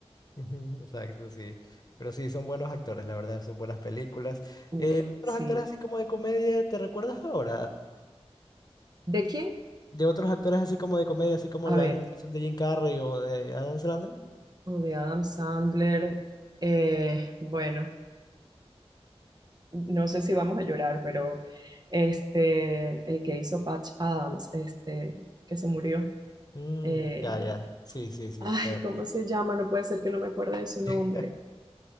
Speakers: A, on the left; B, on the right.
A: Ujú, Exacto, sí. Pero sí, son buenos actores, la verdad, son buenas películas.
B: Uf,
A: Eh, otros
B: sí.
A: actores así como de comedia, ¿te recuerdas ahora?
B: ¿De quién?
A: De otros actores así como de comedia, así como
B: A
A: la
B: ver,
A: generación de Jim Carrey o de Adam Sandler.
B: o de Adam Sandler. eh, bueno, no sé si vamos a llorar, pero este, el que hizo Patch Adams, este, que se murió.
A: Mm,
B: eh,
A: ya, ya. Sí, sí, sí.
B: ay,
A: te-
B: ¿cómo se llama? No puede ser que no me acuerde de su
A: <laughs>
B: nombre.